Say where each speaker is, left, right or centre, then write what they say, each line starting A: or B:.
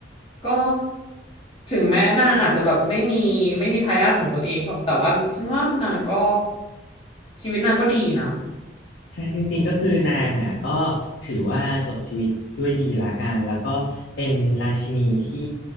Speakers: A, on the left (about 30°); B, on the left (about 75°).
A: ก็ถึงแม้นางอาจจะแบบไม่มีไม่มีทายาทของตนเองเพราะแต่ว่าฉันว่านางก็ชีวิตนางก็ดีนะ
B: ใช่จริงๆก็คือนางอ่ะก็ถือว่าจบชีวิตด้วยดีละกันแล้วก็เป็นราชินีที่